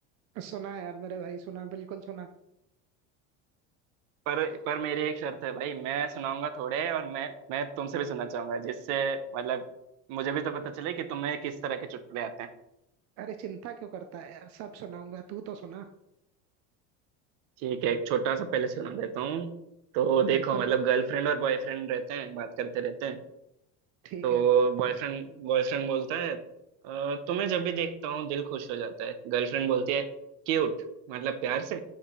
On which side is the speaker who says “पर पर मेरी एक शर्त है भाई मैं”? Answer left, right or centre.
Right